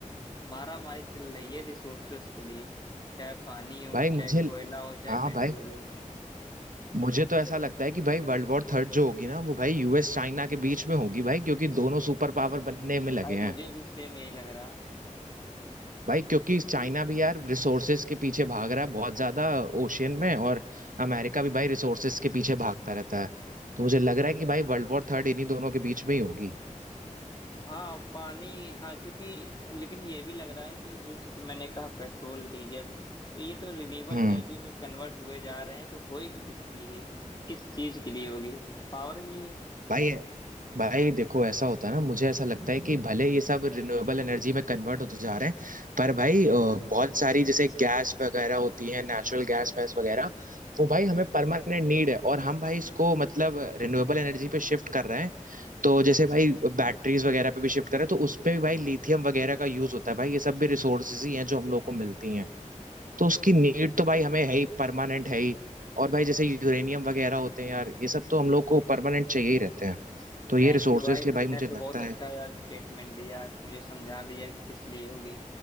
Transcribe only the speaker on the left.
मारा मारी चल रही है रिसोर्सेस के लिए चाहे पानी हो
चाहे कोयला हो चाहे
पेट्रोल
हो
मु-
भाई मुझे
भी सेम यही लग रहा
हाँ पानी हाँ क्योंकि लेकिन ये भी लग रहा है कि जो- जैसे मैंने कहा पेट्रोल डीजल तो ये तो रिन्यूएबल
एनर्जी में कन्वर्ट हुए जा रहे हैं तो होएगी किसके लिए किस चीज के लिए होगी पावर के लिए
थैंक
यू भाई
तुमने
तो
बहुत
अच्छा यार स्टेटमेंट दिया है मुझे समझा दिया कि किस लिए होगी